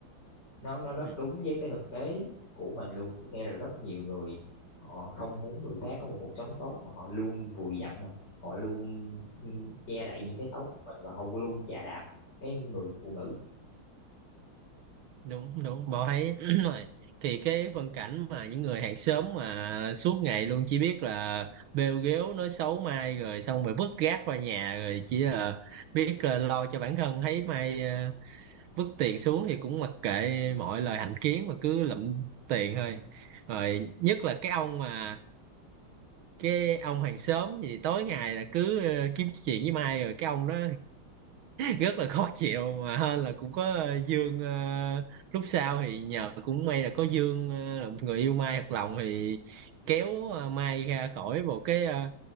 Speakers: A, on the left; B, on the right.
A: nó nó rất
B: Ừ.
A: đúng với cái thực tế của mình luôn tức nghe là rất nhiều người họ không muốn người khác có một cuộc sống tốt mà họ luôn vùi dập mà họ luôn ừ, che đậy những cái xấu của mình và họ luôn chà đạp cái người phụ nữ
B: đúng đúng bảo thấy <clears throat> rồi thì cái phân cảnh mà những người hàng xóm mà suốt ngày luôn chỉ biết là bêu ghéo nói xấu Mai rồi xong rồi vứt rác qua nhà rồi chỉ là biết là lo cho bản thân thấy Mai ờ, vứt tiền xuống thì cũng mặc kệ mọi lời hành kiến mà cứ lụm tiền thôi rồi nhất là cái ông mà cái ông hàng xóm gì tối ngày là cứ ờ, kiếm chuyện với Mai rồi cái ông đó rất là khó chịu mà hên là cũng có ờ, Dương ờ, lúc sau thì nhờ cũng may là có Dương ờ, là một người yêu Mai thật lòng thì kéo ờ, Mai ra khỏi một cái ờ,